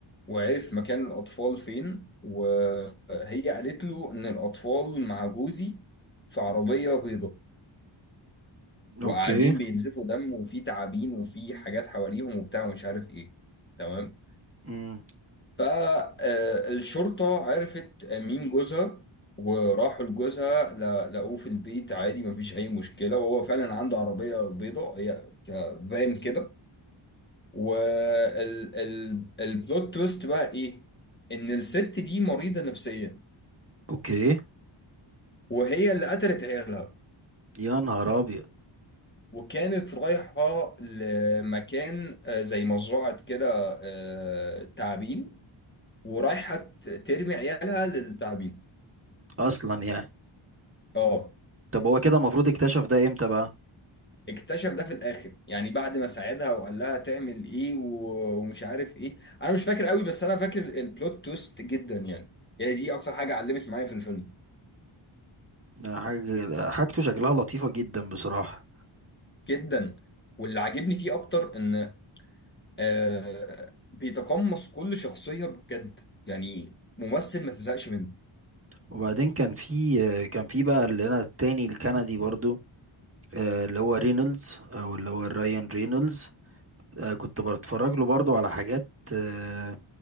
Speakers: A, on the left (about 20°); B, on the right (about 25°).
A: وعرف مكان الأطفال فين وهي قالت له إن الأطفال مع جوزي في عربية بيضاء وقاعدين
B: اوكي
A: بينزفوا دم وفي تعابين وفي حاجات حواليهم وبتاع ومش عارف ايه تمام
B: امم
A: فالشرطة عرفت مين جوزها وراحوا لجوزها لا- لقوه في البيت عادي مفيش أي مشكلة وهو فعلا عنده عربية بيضاء هي كفان كده والبلوت تويست بقى إيه؟ إن الست دي مريضة نفسيا
B: اوكي
A: وهي اللي قتلت عيالها
B: يا نهار ابيض
A: وكانت رايحة لمكان آه، زي مزرعة كده آه، تعابين ورايحة ت- ترمي عيالها للتعابين
B: اصلا يعني
A: اه
B: طب هو كده المفروض اكتشف ده امتى بقى
A: اكتشف ده في الاخر يعني بعد ما ساعدها وقال لها تعمل ايه و- ومش عارف ايه انا مش فاكر قوي بس انا فاكر البلوت تويست جدا يعني يعني دي اكتر حاجة علمت معايا في الفيلم
B: ده حاجة حاجته شكلها لطيفة جدا بصراحة
A: جدا واللي عاجبني فيه اكتر ان آه بيتقمص كل شخصية بجد يعني ممثل ما تزهقش منه
B: وبعدين كان في آه، كان في بقى اللي انا التاني الكندي برضو آه، اللي هو رينولدز او اللي هو رايان رينولدز آه، كنت بتفرج له برضو على حاجات آه،